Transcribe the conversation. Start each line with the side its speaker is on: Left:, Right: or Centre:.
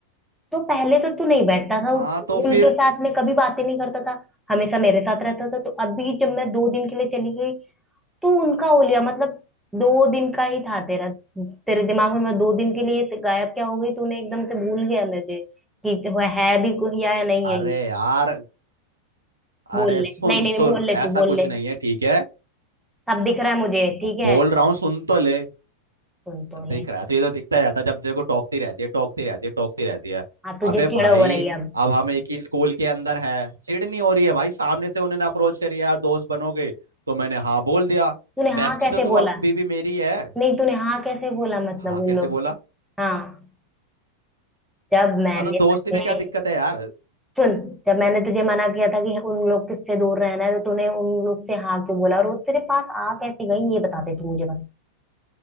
Centre: तो पहले तो तू नहीं बैठता था उन-
Right: हाँ तो फिर
Centre: उनके साथ में कभी बातें नहीं करता था हमेशा मेरे साथ रहता था तो अभी जब मैं दो दिन के लिए चली गई तो उनका हो लिया मतलब दो दिन का ही था तेरा तेरे दिमाग में मैं दो दिन के लिए गायब क्या हो गई तूने एकदम से भूल गया मुझे कि वह है भी कोई या नहीं है
Right: अरे
Centre: ये
Right: यार
Centre: बोल
Right: अरे
Centre: ले
Right: सुन
Centre: नहीं नहीं नहीं
Right: सुन
Centre: बोल ले तू
Right: ऐसा
Centre: बोल
Right: कुछ
Centre: ले
Right: नहीं है ठीक है
Centre: सब दिख रहा है मुझे
Right: बो-
Centre: ठीक है
Right: बोल रहा हूँ सुन तो ले
Centre: सुन तो
Right: दिख
Centre: ले
Right: रहा है तो ये तो दिखता ही रहता है जब देखो टोकती रहती है टोकती रहती है टोकती रहती है
Centre: हाँ तुझे
Right: अबे भाई
Centre: चिड़ हो रही है अब
Right: अब हम एक ही स्कूल के अंदर है सीट नहीं हो रही है भाई सामने से उन्होंने अप्रोच करी यार दोस्त बनोगे तो मैंने हाँ बोल दिया
Centre: तूने हाँ
Right: बेस्टी
Centre: कैसे
Right: तो तू
Centre: बोला
Right: अभी भी मेरी है
Centre: नहीं तूने हाँ कैसे बोला मतलब
Right: हाँ
Centre: उन
Right: कैसे
Centre: लोग
Right: बोला
Centre: से हाँ जब मैंने
Right: हाँ तो दोस्ती
Centre: तुझे
Right: में क्या दिक्कत है यार
Centre: सुन जब मैंने तुझे मना किया था कि उन लोग किससे दूर रहना है तो तूने उन लोग से हाँ क्यों बोला और वो तेरे पास आ कैसे गई ये बता दे तू मुझे बस